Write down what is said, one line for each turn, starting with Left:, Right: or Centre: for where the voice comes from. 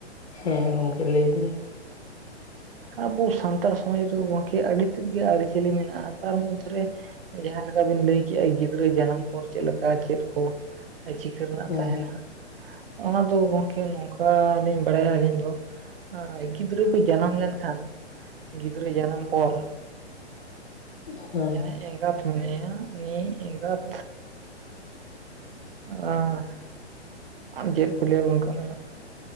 Left: ᱦᱮᱸ ᱜᱚᱝᱠᱮ ᱞᱟᱹᱭ ᱵᱤᱱ
Right: ᱟᱵᱚ ᱥᱟᱱᱛᱟᱲ ᱥᱚᱢᱟᱡᱽ ᱨᱮᱫᱚ ᱜᱚᱝᱠᱮ ᱟᱹᱰᱤ ᱛᱮᱫ ᱜᱮ ᱟᱹᱨᱤᱪᱟᱹᱞᱤ ᱢᱮᱱᱟᱜᱼᱟ ᱛᱟᱨ ᱢᱚᱫᱽᱫᱷᱮᱨᱮ ᱡᱟᱦᱟᱸ ᱞᱮᱠᱟ ᱵᱤᱱ ᱞᱟᱹᱭ ᱠᱮᱜᱼᱟ ᱜᱤᱫᱽᱨᱟᱹ ᱡᱟᱱᱟᱢ ᱯᱚᱨ ᱪᱮᱜ ᱞᱮᱠᱟ ᱪᱮᱫ ᱠᱚ? ᱮ ᱪᱤᱠᱟᱹ ᱨᱮᱱᱟᱜ
Left: ᱦᱮᱸ
Right: ᱛᱟᱦᱮᱱᱟ? ᱚᱱᱟ ᱫᱚ ᱜᱚᱝᱠᱮ ᱱᱚᱝᱠᱟ ᱞᱤᱧ ᱵᱟᱰᱟᱭᱟ ᱟᱹᱞᱤᱧ ᱫᱚ ᱜᱤᱫᱽᱨᱟᱹ ᱠᱚ ᱡᱟᱱᱟᱢ ᱞᱮᱱᱠᱷᱟᱱ ᱜᱤᱫᱽᱨᱟᱹ ᱡᱟᱱᱟᱢ ᱯᱚᱨ
Left: ᱦᱮᱸ
Right: ᱡᱟᱦᱟᱭ ᱮᱸᱜᱟᱛ ᱢᱮᱱᱟᱭᱟ ᱩᱱᱤ ᱮᱸᱜᱟᱛ ᱟᱸ ᱪᱮᱫ ᱠᱚ ᱞᱟᱹᱭᱟ ᱜᱚᱝᱢᱠᱮ ᱚᱱᱟ